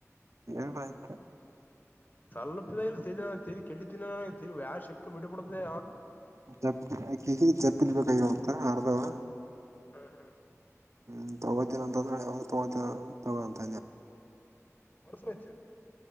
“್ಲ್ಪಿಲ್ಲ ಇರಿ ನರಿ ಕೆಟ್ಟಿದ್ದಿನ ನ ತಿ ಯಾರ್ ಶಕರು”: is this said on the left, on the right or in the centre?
Left